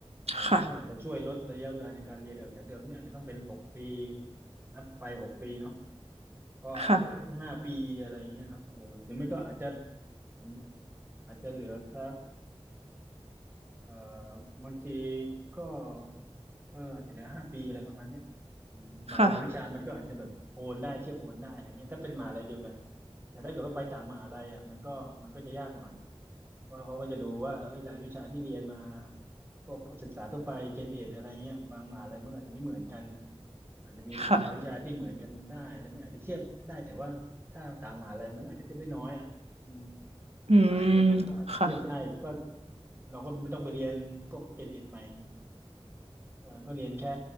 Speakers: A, on the right (about 20°); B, on the right (about 80°).
A: เออมันก็อาจจะช่วยลดระยะเวลาในการเรียนออกจากเดิมนี่อาจจะต้องเป็นหกปี
B: ค่ะ
A: นับไปหกปีเนาะ ก็อาจจะเหลือสักห้าปีอะไรอย่างเงี้ยเนาะเออหรือไม่ก็อาจจะ
B: ค่ะ
A: อืมอาจจะเหลือสักเอ่อบางทีก็เอออาจจะเหลือห้าปีอะไรประมาณเนี้ยอืมบางรายวิชามันก็อาจจะแบบโอนได้เทียบโอนได้อะไรเงี้ยถ้าเป็นมหาลัยเดียวกันนะแต่ถ้าเกิดว่าไปต่างมหาลัยอ่ะมันก็มันก็จะยากหน่อย
B: ค่ะ
A: ว่าเขาก็จะดูว่าเอ้ยรายวิชาที่เรียนมาพวกศึกษาทั่วไปเจนเอ็ดอะไรเงี้ยบางมหาลัยมันอาจจะไม่เหมือนกันอาจจะมีบางรายวิชาที่เหมือนกันได้แล้วไมันอาจจะเทียบได้แต่ว่าถ้าต่างมหาลัยมันอาจจะเทียบได้น้อยอ่ะอืม
B: ค่ะอืม
A: สายเดียวกันก็อาจจะเทียบได้ก็
B: ค่ะ
A: เราก็ไม่ต้องไปเรียนพวกเจนเอ็ดใหม่เออก็เรียนแค่